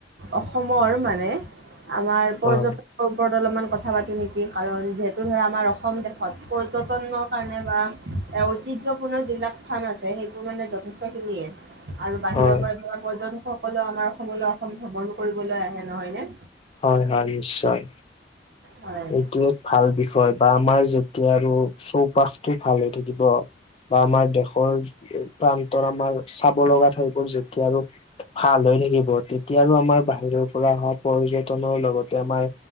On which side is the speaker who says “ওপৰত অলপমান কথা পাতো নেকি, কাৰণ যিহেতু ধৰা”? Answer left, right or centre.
Right